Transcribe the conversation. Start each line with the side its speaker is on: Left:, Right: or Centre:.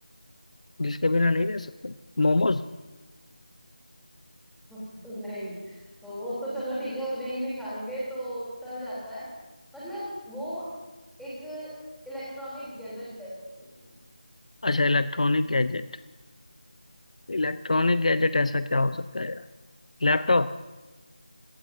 Left: जिसके बिना नहीं रह सकते मोमोज
Centre: नहीं तो वो तो चलो ठीक है वो नहीं भी खाएंगे तो चल जाता है मतलब वो एक इलेक्ट्रॉनिक गैजेट कह सकते हैं उसको
Left: अच्छा इलेक्ट्रॉनिक गैजेट इलेक्ट्रॉनिक गैजेट ऐसा क्या हो सकता है यार लैपटॉप